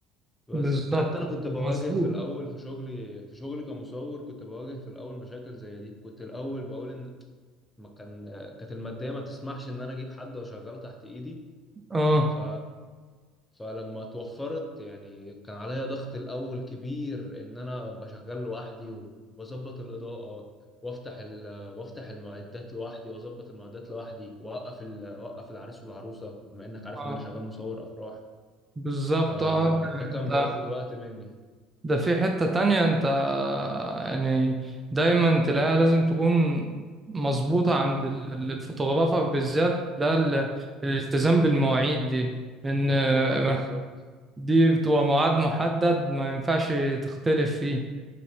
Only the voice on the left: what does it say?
بس
حتى انا كنت بواجه
في الاول في شغلي في شغلي كمصور كنت بواجه في الاول مشاكل زي دي كنت الاول بقول ان ما كان كانت الماديه ما تسمحش ان انا اجيب حد واشغله تحت ايدي
ف فلما توفرت يعني كان عليا ضغط الاول كبير ان انا بشغل لوحدي و- واظبط الاضاءه وافتح ال... وافتح المعدات لوحدي واظبط المعدات لوحدي واوقف ال... واوقف العريس والعروسه بما انك عارف
ان انا شغال مصور افراح
آه
ده كان
بياخد وقت مني
اه بالظبط